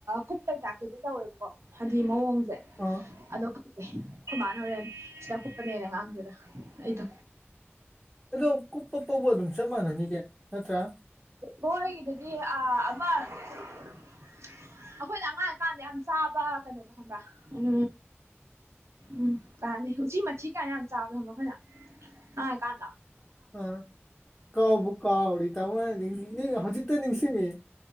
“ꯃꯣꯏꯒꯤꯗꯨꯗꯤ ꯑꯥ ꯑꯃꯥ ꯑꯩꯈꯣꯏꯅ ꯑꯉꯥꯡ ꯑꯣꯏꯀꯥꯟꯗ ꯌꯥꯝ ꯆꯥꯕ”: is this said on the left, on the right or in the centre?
Right